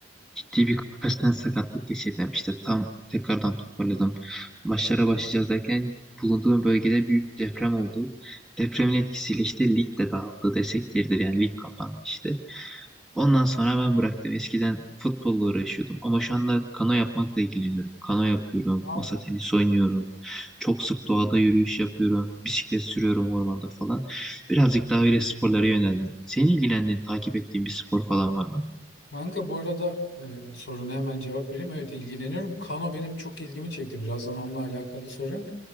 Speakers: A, in the centre; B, on the left (about 85°).
A: ciddi birkaç tane sakatlık geçirdim. İşte tam tekrardan toparladım. Maçlara başlayacağız derken bulunduğum bölgede büyük bir deprem oldu. Depremin etkisiyle işte lig de dağıldı desek yeridir yani lig kapandı işte. Ondan sonra ben bıraktım. Eskiden futbolla uğraşıyordum ama şu anda kano yapmakla ilgileniyorum. Kano yapıyorum,
B: Aa.
A: masa tenisi oynuyorum. Çok sık doğada yürüyüş yapıyorum, bisiklet sürüyorum ormanda falan. Birazcık daha öyle sporlara yöneldim. Senin ilgilendiğin, takip ettiğin bir spor falan var mı?
B: Kanka bu arada e, soruna hemen cevap vereyim. Evet ilgileniyorum. Kano benim çok ilgimi çekti. Birazdan onunla alakalı sorarım.